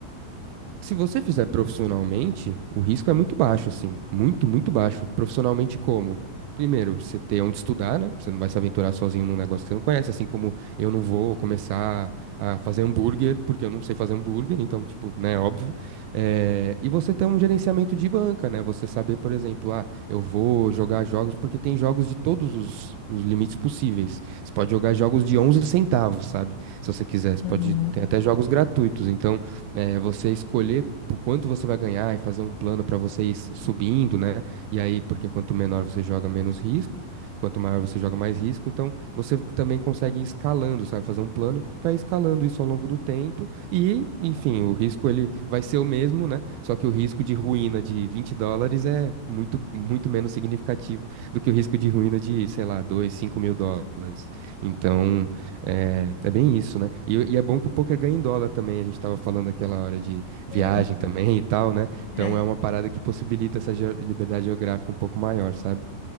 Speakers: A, on the right (about 75°); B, on the left (about 70°).
A: Se você fizer profissionalmente, o risco é muito baixo, assim. Muito, muito baixo. Profissionalmente como? Primeiro, você ter onde estudar, né? Você não vai se aventurar sozinho num negócio que você não conhece, assim como eu não vou começar a fazer hambúrguer, porque eu não sei fazer hambúrguer, então, tipo, né, óbvio. Eh, E você ter um gerenciamento de banca, né? Você saber, por exemplo, ah, eu vou jogar jogos, porque tem jogos de todos os, os limites possíveis. Você pode jogar jogos de 11 centavos, sabe? Se você quiser, você
B: Uhum.
A: pode, tem até jogos gratuitos, então é, você escolher o quanto você vai ganhar e fazer um plano para você ir su- subindo, né? E aí, porque quanto menor você joga, menos risco. Quanto maior você joga, mais risco. Então, você também consegue ir escalando, sabe? Fazer um plano para ir escalando isso ao longo do tempo. E, enfim, o risco ele vai ser o mesmo, né? Só que o risco de ruína de 20 dólares é muito, muito menos significativo do que o risco de ruína de, sei lá, 2, cinco mil dólares. Então, é, é bem isso, né? E, e é bom que o poker ganha em dólar também. A gente tava falando aquela hora de viagem
B: Sim.
A: também e tal, né? Então
B: É.
A: é uma parada que possibilita essa geo- liberdade geográfica um pouco maior, sabe?